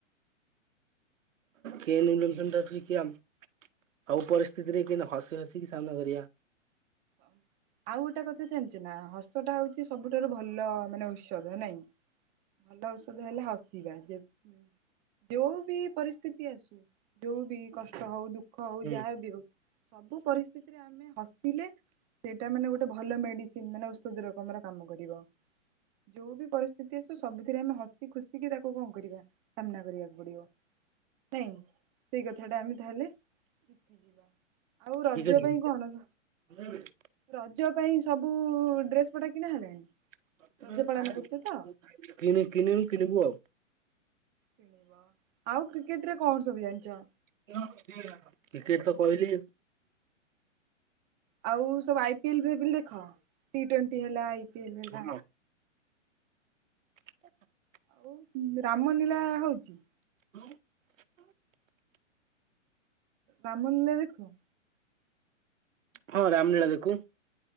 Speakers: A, on the right; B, on the right.
A: କେ ଏଲ ୱିଲିୟମସନ୍ ଠାରୁ ଶିଖିବା ଆମ ସବୁ ପରିସ୍ଥିତିରେ କେମିତି ହସି ହସିକି ସାମ୍ନା କରିବା।
B: ଅମ ଆଉ ଗୋଟେ କଥା ଜାଣିଚୁ ନା ହସଟା ହଉଛି ସବୁଠାରୁ ଭଲ ମାନେ ଉସ ଔଷଧ ନାଇଁ ଭଲ ଔଷଧ ହେଲା ହସିବା ଯେ ହୁଁ। ଯୋଉ ବି ପରିସ୍ଥିତି ଆସୁ ଯୋଉ ବି କଷ୍ଟ ହଉ ଦୁ ଖ ହଉ
A: ହୁଁ
B: ଯାହାବି ହଉ ସବୁ ପରିସ୍ଥିତିରେ ଆମେ ହସିଲେ। ସେଇଟା ମାନେ ଗୋଟେ ଭଲ ମେଡିସିନ୍ ମାନେ ଔଷଧ ରକମର କାମ କରିବ। ଯୋଉ ବି ପରିସ୍ଥିତି ଆସୁ ସବୁଥିରେ ଆମେ ହସି ଖୁସିିକି ତାକୁ କଣ କରିବା ସାମ୍ନା କରିବାକୁ ପଡିବ ନାଇଁ ସେଇ କଥାଟା ଆମେ ତାହେଲେ ଶିଖିଯିବା ଆଉ ରଜ
A: ଠିକ୍ ଅଛି
B: ପାଇଁ କଣ
A: <unintelligible>
B: ରଜ ପାଇଁ ସବୁ ଡ୍ରେସ୍ ପଟା କିଣା ହେଲାଣି?
A: <unintelligible>
B: ରଜ ପାଳନ କରୁଛ ତ?
A: କିଣି କିଣିନି କିଣିବୁ ଆଉ।
B: କିଣିବ ଆଉ କ୍ରିକେଟରେ କଣ ସବୁ ଜାଣିଚ?
A: <unintelligible> କ୍ରିକେଟ୍ ତ କହିଲି।
B: ଆଉ ସବୁ ଆଇ ପି ଏଲ୍ ଫାଇ ପିଲ୍ ଦେଖ ଟି ଟ୍ୱାଣ୍ଟି ହେଲା ଆଇ ପି ଏଲ୍ ହେଲା।
A: ହଁ <unintelligible>
B: ଆଉ ରାମ ନିଳା ହଉଚି?
A: <unintelligible>
B: ରାମ ନୀଳା ଦେଖ
A: ହଁ ରାମ ଲୀଳା ଦେଖୁ।